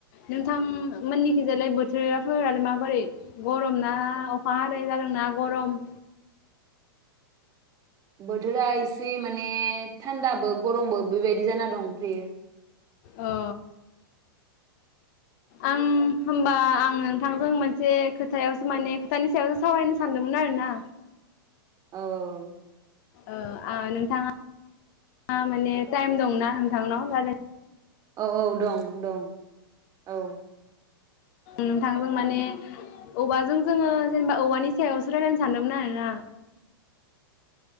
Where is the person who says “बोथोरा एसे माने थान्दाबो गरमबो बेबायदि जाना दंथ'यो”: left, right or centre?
Right